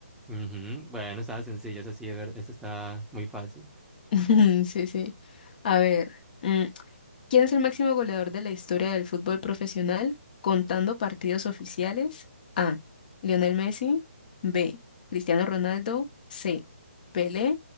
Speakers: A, in the centre; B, on the left.
A: Ujú, Bueno, estaba sencillo, es así, de ver, esta está muy fácil.
B: <laughs> Sí, sí. A ver, mm, ¿quién es el máximo goleador de la historia del fútbol profesional contando partidos oficiales? A. Lionel Messi. B. Cristiano Ronaldo. C. Pelé.